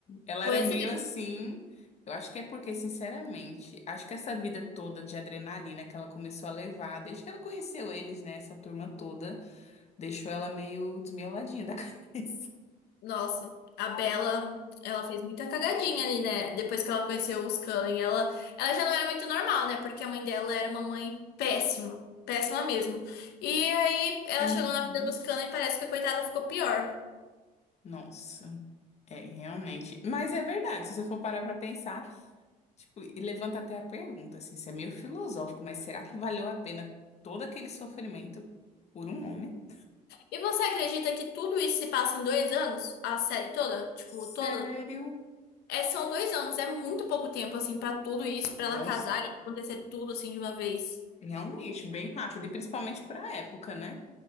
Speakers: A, on the left; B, on the left.
A: ela
B: pois
A: era meio
B: é,
A: assim. Eu acho que é porque, sinceramente, acho que essa vida toda de adrenalina que ela começou a levar, desde que ela conheceu eles, né, essa turma toda, deixou ela meio desmioladinha da <laughs> cabeça.
B: nossa, a Bella ela fez muita cagadinha ali, né? Depois que ela conheceu os Cullen, ela, ela já não era muito normal, né? Porque a mãe dela era uma mãe péssima, péssima mesmo. E aí ela
A: Uhum.
B: chegou na vida dos Cullen e parece que a coitada ficou pior.
A: Nossa, é realmente. Mas é verdade, se você for parar pra pensar, tipo, e levanta até a pergunta, assim, isso é meio filosófico, mas será que valeu a pena todo aquele sofrimento por um homem?
B: E você acredita que tudo isso se passa em dois anos? A série toda? Tipo,
A: Sério?
B: toda. É, são dois anos, é muito pouco tempo, assim, pra tudo isso, pra ela
A: Nossa.
B: casar e acontecer tudo, assim, de uma vez.
A: Realmente, bem rápido, e principalmente para a época, né?